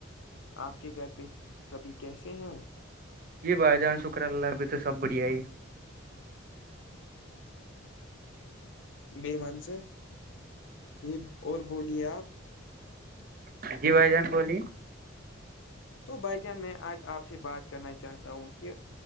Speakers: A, on the left; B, on the right.
A: آپ کے گھر پہ سبھی کیسے ہیں
B: جی بھائی جان شکر اللہ ابھی تو سب بڑھیا ہی
A: بی مان سے ب اور بولیے آپ
B: ج جی بھائی جان بولی
A: تو بھائی جان میں آج آپ سے بات کرنا چاہتا ہوں کہ